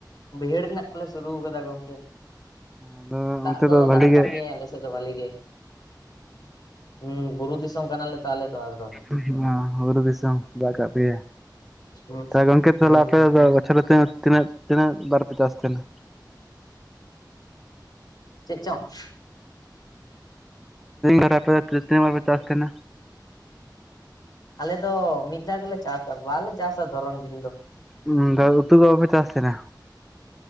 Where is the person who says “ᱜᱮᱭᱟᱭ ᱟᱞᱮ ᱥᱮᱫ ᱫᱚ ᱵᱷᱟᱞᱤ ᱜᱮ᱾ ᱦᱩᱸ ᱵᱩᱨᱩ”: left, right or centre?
Left